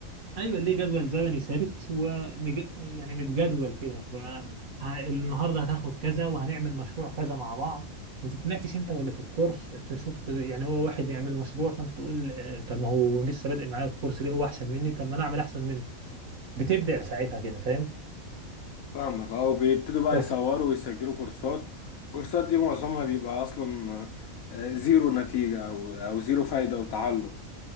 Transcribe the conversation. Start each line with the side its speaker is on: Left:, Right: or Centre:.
Right: ايوه ليه جدول زمني ثابت ومج... يعني متجدول كده ف... ه- النهارده هتاخد كذا وهنعمل مشروع كذا مع بعض وتتناقش انت واللي في الكورس تشوف يعني هو واحد يعمل مشروع فانت تقول آه، طب ما هو لسه بادئ معايا الكورس ليه هو احسن مني طب ما انا اعمل احسن منه بتبدع ساعتها كده فاهم
Left: فاهمك اه وبيبتدوا بقى
Right: وفي
Left: يصوروا ويسجلوا كورسات الكورسات دي معظمها بيبقى اصلا آه، زيرو نتيجة او او زيرو فايدة وتعلم